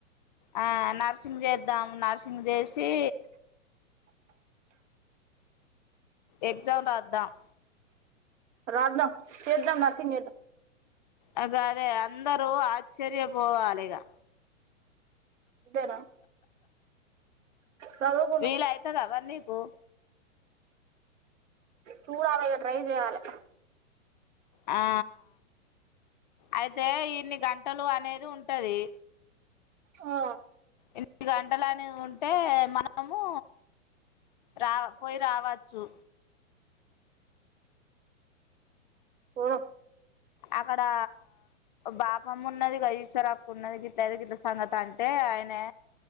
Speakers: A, on the left; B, on the right.
A: ఆ నర్సింగ్ చేద్దాం నర్సింగ్ జేసి. ఎగ్జామ్ రాద్దాం
B: రాద్దాం చేద్దాం నర్సింగ్ చేద్దాం
A: అగో అదే అందరూ ఆశ్చర్యపోవాలిగా
B: అంతేనా చదువుకుందాం
A: వీలైతదా మరి నీకు
B: చూడాలి ఇగ ట్రై చేయాలి
A: ఆ అయితే ఇన్ని గంటలు అనేది ఉంటది.
B: ఆ
A: ఇన్ని గంటలని ఉంటే మనము రా పోయి రావచ్చు.
B: పోదాం
A: అక్కడా బాపమ్ ఉన్నదిగ ఈశ్వర్ అక్క ఉన్నది గిట్టది గిట్లాగే ఇట్ల సంగతి అంటే ఆయనే